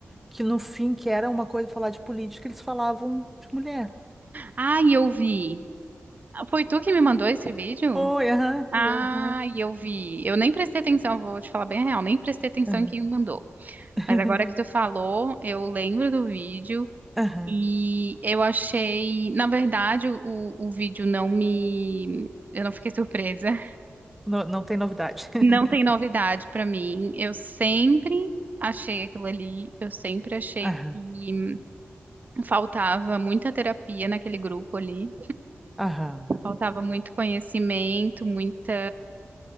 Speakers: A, in the centre; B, on the right.
A: que no fim, que era uma coisa falar de política, eles falavam de mulher.
B: Ai, eu vi. Foi tu que me mandou esse vídeo?
A: Foi, aham,
B: Ai,
A: fui eu, aham,
B: eu vi. Eu nem prestei atenção, vou te falar bem a real, nem prestei atenção
A: aham,
B: em quem me mandou.
A: <laughs>
B: Mas agora que tu falou, eu lembro do vídeo
A: aham.
B: E eu achei, na verdade, o, o vídeo não me. Eu não fiquei surpresa. <laughs>
A: No- Não tem novidade. <laughs>
B: Não tem novidade pra mim. Eu sempre achei aquilo ali. Eu sempre achei
A: Aham,
B: que faltava muita terapia naquele grupo ali.
A: aham.
B: Faltava muito conhecimento, muita,